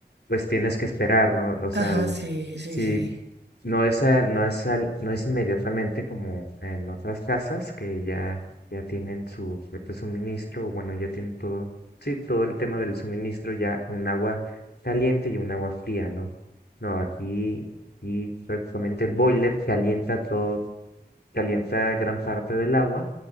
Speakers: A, on the left; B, on the right.
A: Pues tienes que esperar, ¿no? O sea,
B: ajá,
A: el-
B: sí, sí,
A: si
B: sí.
A: no es, a- no es, al- no es inmediatamente como en otras casas que ya, ya tienen su propio suministro, o bueno, ya tienen todo, sí, todo el tema del suministro, ya un agua caliente y un agua fría, ¿no? No, aquí, y prácticamente el boiler calienta todo, calienta gran parte del agua